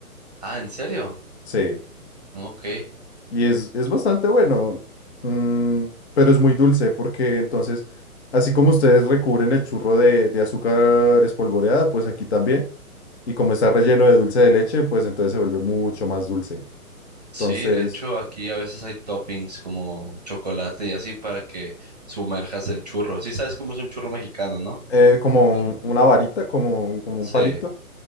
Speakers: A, on the right (about 30°); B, on the left (about 45°).
A: Ah, ¿en serio?
B: Sí.
A: Ok.
B: Y es, es bastante bueno, mm, pero es muy dulce porque entonces, así como ustedes recubren el churro de, de azúcar espolvoreada, pues aquí también. Y como está relleno de dulce de leche, pues entonces se vuelve mucho más dulce.
A: Sí,
B: Entonces,
A: de hecho aquí a veces hay toppings como chocolate y así para que sumerjas el churro. Sí, sabes cómo es un churro mexicano, ¿no?
B: eh, como un- una varita, como, un- como
A: Sí,
B: un palito